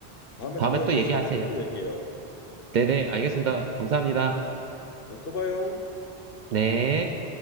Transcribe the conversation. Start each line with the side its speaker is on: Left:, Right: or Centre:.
Left: 다음에
Right: 다음에
Left: 또
Right: 또
Left: 또
Right: 얘기하세요.
Left: 시간 나면 또 얘기해요.
Right: 네네, 알겠습니다. 감사합니다.
Left: 네, 또 봐요.
Right: 네.